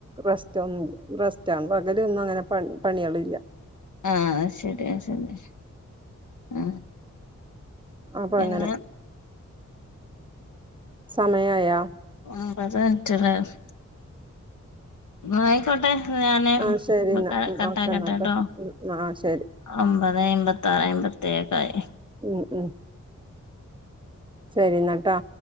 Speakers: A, on the right; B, on the left.
A: റെസ് റ്റൊ റെസ്റ്റാണ് പകലൊന്നും അങ്ങനെ പ പണിയാള്ല്ല
B: ആ അത് ശെരി <unintelligible> ആ
A: അപ്പൊ
B: പിന്നെ
A: അങ്ങനെ സമയായോ
B: <unintelligible> ആയിക്കോട്ടെ ഞാന്
A: ആഹ് ശരിന്നാ ഉം
B: കട്ടാക്കട്ടേ
A: ഓക്കെന്നാട്ടോ
B: ട്ടോ
A: ഉം ആഹ് ശരി
B: ഒമ്പതെ അയ്മ്പത്താറ് അയ്മ്പത്തേഴൊക്കായി
A: ഉം ഉം ശെരി ന്നാട്ടോ